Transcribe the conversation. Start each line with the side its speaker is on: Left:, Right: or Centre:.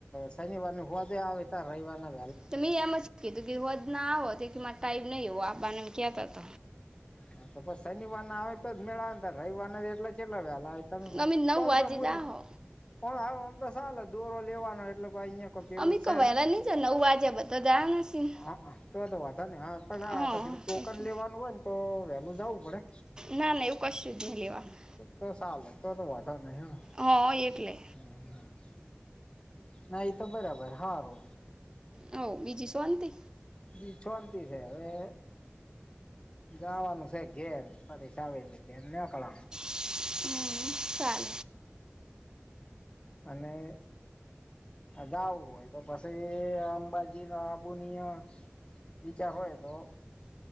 Left: શનિવાર હોવાજે આવે ત રવિર
Right: તો મેં એમ જ કીધું કે હોજ ના આવો તો ટાઈમ નહી, હો આ બાનેમ કહેતા ત
Left: હા તો પછ શનિવાર ના આવે તો જ મેળ આવે ને ત રવિવારના એટ કેટલા વેલા તમે
Right: અમે નવ
Left: કોન
Right: વાગે
Left: તો મૂલ
Right: જ આવો
Left: હ હવે આમ તો ચલે દોરો લેવાનો એટલે કો અહિયાયા કપેલું
Right: અમે
Left: છે
Right: કહો વહેલા
Left: નહી
Right: નહીં જાઓ નવ વાગે બધા જાય નથી ને.
Left: હ તો આ તો વધા ને હા પણી
Right: હા
Left: ટોકન
Right: એટલે
Left: લેવાનું હોય ને તો વેલું જવું પડે
Right: ના ના એવું કશું જ નહીં લેવાનું
Left: તો ચલે તો તો વધો નહી
Right: હા એટલે
Left: હ હ ના તો બરાબર હારુ
Right: હ બીજી શવાંતિ
Left: બી છોંતી છે હવે જવાનું છે, ઘે પરીસા આવેટલે છે એને આકળ
Right: હમ્મ ચાલ
Left: અને જાવું હોય તો પછી અંબાજી ના આબુનિયા વિચાર હોય તો